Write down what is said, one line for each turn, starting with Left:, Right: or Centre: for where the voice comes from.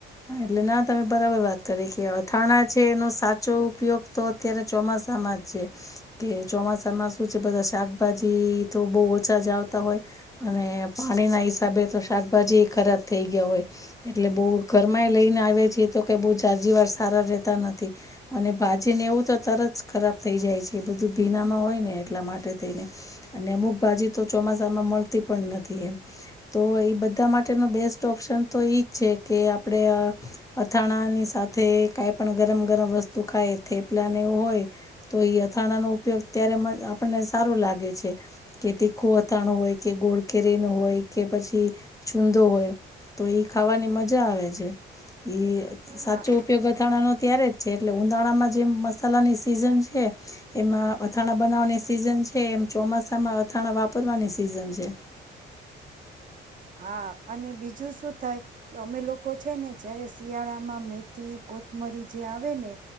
Left: હા એટલે ના તમે બરાબર વાત કરી કે અથાણા છે એનો સાચો ઉપયોગ તો અત્યારે ચોમાસામાં છે કે ચોમાસામાં શું છે બધા શાકભાજી તો બહુ ઓછા જ આવતા હોય. અને પાણી ના હિસાબે તો શાકભાજી ખરાબ થઇ ગયા હોય. એટલે બહુ ઘરમાં લઈને આવ્યા છીએ તો કઈ બહુ જાજી વાર સારા રહેતા નથી. અને ભાજી ને એવું તો તરત ખરાબ થઈ જાય છે બધું ભીનામાં હોય ને એટલા માટે થઈને. અને અમુક ભાજી તો ચોમાસામાં મળતી પણ નથી એમ. તો એ બધા માટેનો બેસ્ટ ઓપ્શન તો એઈજ છે કે આપણેે અથાણાની સાથે કઈ પણ ગરમ ગરમ વસ્તુ ખાય થેપલા ને એવું હોય તો એ અથાણા નો ઉપયોગ ત્યારે આપણને સારું લાગે છે. કે તીખું અથાણું હોય કે ગોળ કેરીનું હોય કે પછી છુંદો હોય. તો ઈ ખાવાની મજા આવે છે, ઈ સાચો
Right: હા
Left: ઉપયોગ અથાણાનો ત્યારે જ છે એટલે ઉનાળામાં જે મસાલાની સિઝન છે, એમાં અથાણા બનાવવાની સિઝન છે, એમ ચોમાસામાં અથાણા વાપરવાની સિઝન છે,
Right: હા, અને બીજું શું થાય કે અમે લોકો છે, ને જયારે શિયાળામાં મેથી કોથમરી જે આવે ને